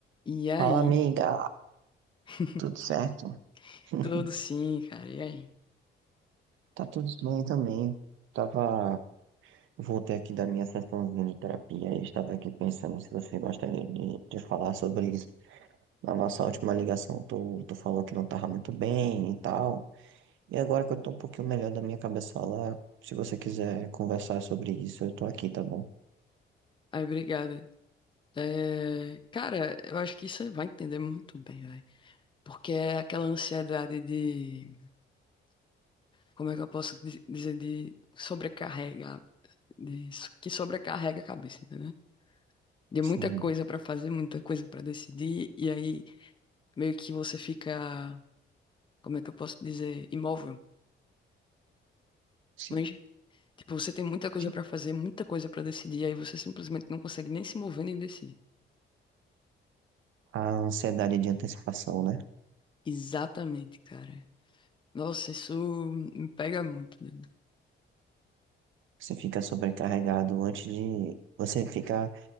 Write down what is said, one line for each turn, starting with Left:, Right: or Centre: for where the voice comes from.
Left: E aí?
Right: Fala, amiga.
Left: <laughs>
Right: Tudo certo? <laughs>
Left: Tudo sim, cara. E aí?
Right: Tá tudo bem também. Tava... Voltei aqui da minha sessãozinha de terapia e estava aqui pensando se você gostaria de, de falar sobre isso. Na nossa última ligação, tu, tu falou que não tava muito bem e tal. E agora que eu tô um pouquinho melhor da minha cabeça lá, se você quiser conversar sobre isso, eu tô aqui, tá bom?
Left: Aí, obrigado. É, cara, eu acho que você vai entender muito bem, velho. Porque é aquela ansiedade de, como é que eu posso di- dizer, de sobrecarregar, de, so- que sobrecarrega a cabeça, entendeu? De
Right: Sim,
Left: muita coisa pra fazer, muita coisa pra decidir, e aí meio que você fica, como é que eu posso dizer, imóvel.
Right: sim,
Left: Mas, tipo, você tem muita coisa
Right: sim.
Left: pra fazer, muita coisa pra decidir, e aí você simplesmente não consegue nem se mover nem decidir.
Right: A ansiedade de antecipação, né?
Left: Exatamente, cara. Nossa, isso me pega muito, né?
Right: Você fica sobrecarregado antes de... Você fica